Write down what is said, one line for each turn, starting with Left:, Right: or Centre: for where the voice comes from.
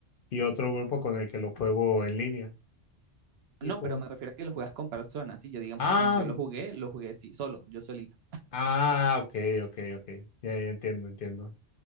Left: y otro grupo con el que lo juego en línea. Y
Right: No,
Left: pues.
Right: pero me refiero a que lo juegas con personas. Sí, yo digamos
Left: Ah,
Right: que cuando yo lo jugué, lo jugué sí, solo, yo solito.
Left: ah, ok, ok, ok. Ya, ya entiendo, entiendo.